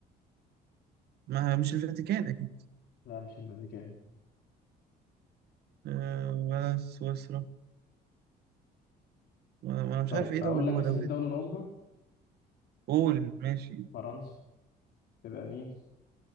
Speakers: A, on the right (about 70°); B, on the left (about 70°).
A: ما مش الفاتيكان أكيد
B: لا مش الفاتيكان
A: آه، ولا سويسرا وأنا مش
B: طيب
A: عارف إيه
B: أقول
A: دولة جوه
B: لك اسم
A: دولة
B: الدولة
A: دي
B: العظمى
A: قول ماشي
B: فرنسا تبقى مين